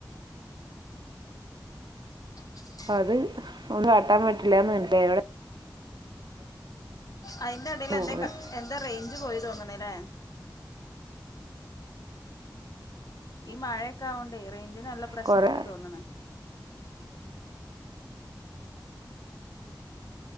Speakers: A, on the left; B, on the right.
A: <inaudible>
B: അ അത് ഒന്നും കാട്ടാൻ പറ്റില്ലന്ന് കണ്ടില്ലേ അതോടെ
A: അയിന്റെടയിൽ
B: പോകുന്നത്
A: എന്ത എന്താ റേഞ്ച് പോയി തോന്നുണല്ലേ ഈ മഴയൊക്കെവണ്ടേ റേഞ്ചിന് നല്ല പ്രശ്നണ്ട്
B: കുറേ
A: തോന്നണ്